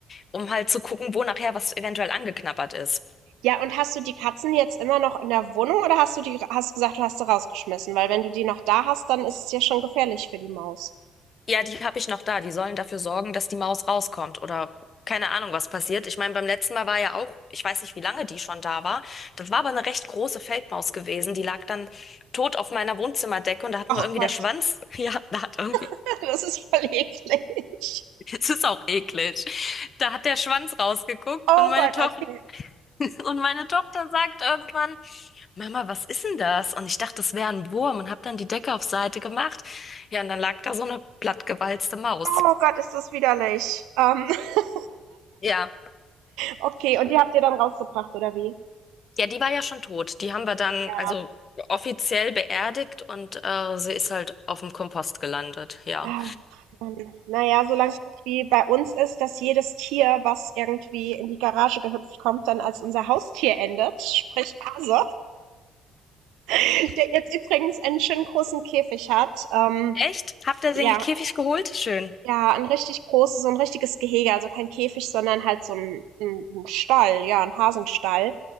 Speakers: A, on the left; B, on the right.
A: um halt zu gucken, wo nachher was eventuell angeknabbert ist.
B: Ja, und hast du die Katzen jetzt immer noch in der Wohnung oder hast du die hast gesagt, du hast sie rausgeschmissen? Weil wenn du die noch da hast, dann ist es ja schon gefährlich für die Maus.
A: Ja, die habe ich noch da. Die sollen dafür sorgen, dass die Maus rauskommt oder keine Ahnung, was passiert. Ich meine, beim letzten Mal war ja auch, ich weiß nicht, wie lange die schon da war. Das war aber eine recht große Feldmaus gewesen. Die lag dann tot auf meiner Wohnzimmerdecke und da hat
B: Ach
A: nur irgendwie
B: Gott.
A: der Schwanz, <laughs> ja, da hat irgendwie
B: <laughs> Das ist voll eklig.
A: <laughs> Es ist auch eklig. Da hat der Schwanz rausgeguckt
B: Oh
A: und meine
B: Gott,
A: Tochter
B: okay.
A: <laughs> und meine Tochter sagt irgendwann, Mama, was ist denn das? Und ich dachte, das wäre ein Wurm und habe dann die Decke auf Seite gemacht. Ja, und dann lag da so eine plattgewalzte Maus.
B: Oh Gott, ist das widerlich. Ähm, <laughs>
A: Ja,
B: okay, und die habt ihr dann rausgebracht, oder wie?
A: ja, die war ja schon tot. Die haben wir dann
B: Ja.
A: also offiziell beerdigt und äh, sie ist halt auf dem Kompost gelandet. Ja.
B: Ach, Mann. Naja, solange es nicht wie bei uns ist, dass jedes Tier, was irgendwie in die Garage gehüpft kommt, dann als unser Haustier endet, sprich Hase, <laughs> der jetzt übrigens einen schönen großen Käfig hat. Ähm,
A: Echt? Habt ihr den
B: ja,
A: Käfig geholt? Schön.
B: Ja, ein richtig großes so ein richtiges Gehege, also kein Käfig, sondern halt so ein 'n 'n Stall, ja, ein Hasenstall.